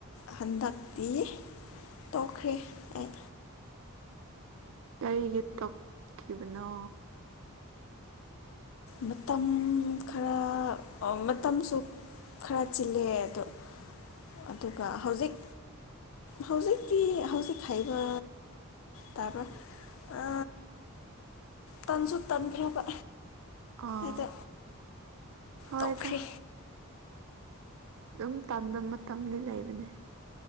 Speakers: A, on the left; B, on the right.
A: ꯍꯟꯗꯛꯇꯤ ꯇꯣꯛꯈ꯭ꯔꯦ ꯑꯩ
B: ꯀꯔꯤꯒꯤ ꯇꯧꯈꯤꯕꯅꯣ
A: ꯃꯇꯝ ꯈꯔ ꯑꯣ ꯃꯇꯝꯁꯨ ꯈꯔ ꯆꯤꯜꯂꯦ ꯑꯗꯨ ꯑꯗꯨꯒ ꯍꯧꯖꯤꯛ ꯍꯧꯖꯤꯛꯇꯤ ꯍꯧꯖꯤꯛ ꯍꯥꯏꯕ ꯇꯥꯕ꯭ꯔ ꯑ ꯇꯟꯁꯨ ꯇꯟꯈ꯭ꯔꯕ
B: ꯑꯥ
A: ꯑꯗꯣ
B: ꯍꯣꯏ
A: ꯇꯣꯛꯈ꯭ꯔꯦ
B: ꯗ ꯑꯗꯨꯝ ꯇꯟꯕ ꯃꯇꯝꯗꯤ ꯂꯩꯕꯅꯦ